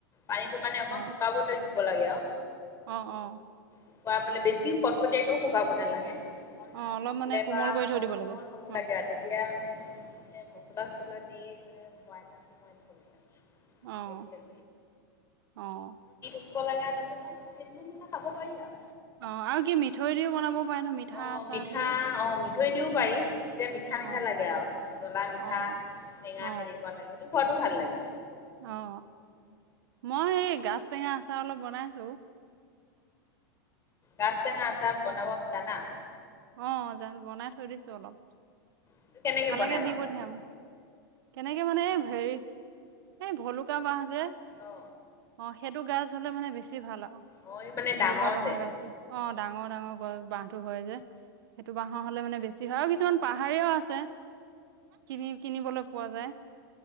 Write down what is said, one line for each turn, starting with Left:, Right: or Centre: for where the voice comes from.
Left: পানীটো মান অকমান
Right: অ
Left: শুকাব ধৰি ব'লাগে অ
Right: অ অ
Left: শুকুৱাইাবে বেছি কটকটীয়াকেও শুকাব নালাগে অকন
Right: অ অলপ
Left: লেলেপা
Right: মানে কোমল কৰি থৈ
Left: অ
Right: দিব
Left: কোমল
Right: লাগে
Left: হ'ব
Right: অ
Left: লাগে আৰু তেতিয়া মানে এ মচলা চচলা দি মানে বৈয়ামত সময় দিব লাগে
Right: অহ
Left: তেল চেল
Right: অহ
Left: দিব লাগে তাছত পিছত আৰু য খাব পাৰি আৰু
Right: অ আৰু কি মিঠৈ দিও বনাব পাৰে ন মিঠা
Left: অ
Right: আচাৰটো
Left: মিঠা
Right: যে
Left: অ মিঠৈ দিও পাৰি তেতিয়া মিঠা
Right: অ
Left: মিঠা লাগে আৰু জ্বলা মিঠা
Right: অ
Left: টেঙা
Right: অ
Left: তেনেকুৱা লাগেত টো খোৱাাতটো ভাল লাগে
Right: অ মই এই গাজ টেঙা আচাৰ অলপ বনাইছো
Left: গাজ টেঙা আচাৰ বনাব জানা
Right: অ জানো বনাই থৈ দিছো অলপ
Left: এইটো কেনেকে
Right: খালেকে
Left: বনাই বাৰু
Right: দি পঠিয়াম কেনেকে মানে হেৰি এই ভলুকা বাঁহ যে
Left: অ
Right: অ সেইটো গাছ হলে মানে বেছি বেছি ভাল আৰু
Left: অ' এই মানে
Right: ভলুকা
Left: ডাঙৰ
Right: বহা
Left: যে।
Right: গছতো অ ডাঙৰ ডাঙৰ গছ বাহটো হয় যে সেইটো বাঁাহৰ হলে মানে বেছি হয় আৰু কিছুমান পাহাৰীয়াও আছে আছে কিনি কিনিবলৈ পোযা যায়